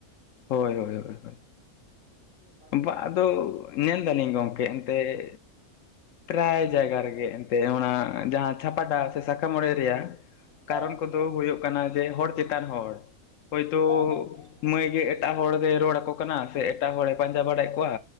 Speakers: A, on the left; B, on the left.
A: ᱦᱳᱭ ᱦᱳᱭ ᱦᱳᱭ
B: ᱵᱟᱹᱲᱤᱡ
A: ᱦᱭ ᱵᱟ
B: ᱜᱮ
A: ᱟᱫᱚ ᱧᱮᱞ ᱮ ᱫᱟᱞᱤᱧ ᱜᱚᱝᱠᱮ ᱮᱱᱛᱮᱫ ᱯᱨᱟᱭ ᱡᱟᱭᱜᱟ ᱨᱮᱜᱮ ᱮᱱᱛᱜ ᱚᱱᱟ ᱡᱟᱦᱟᱸ ᱪᱷᱟᱯᱟᱴᱟ ᱥᱮ ᱥᱟᱠᱟᱢᱚᱲᱮ ᱨᱮᱭᱟᱜ
B: ᱦᱮᱸ
A: ᱠᱟᱨᱚᱱ ᱠᱚᱫᱚ ᱦᱩᱭᱩᱜ ᱠᱟᱱᱟ ᱡᱮ ᱦᱚᱲ ᱪᱮᱛᱟᱱ ᱦᱚᱲ ᱦᱚᱳᱭᱛᱳ
B: ᱦᱮᱸ ᱦᱮᱸ ᱦᱮᱸ ᱦᱮᱸ
A: ᱢᱟᱹᱭ ᱜᱮ ᱮᱴᱟᱜ ᱦᱚᱲᱮᱭ ᱨᱚᱲ ᱟᱠᱚ ᱠᱟᱱᱟ ᱥᱮ ᱮᱴᱟᱜ ᱦᱚᱲᱮ ᱯᱟᱸᱡᱟ ᱵᱟᱲᱟᱭᱮᱫ ᱠᱚᱣᱟ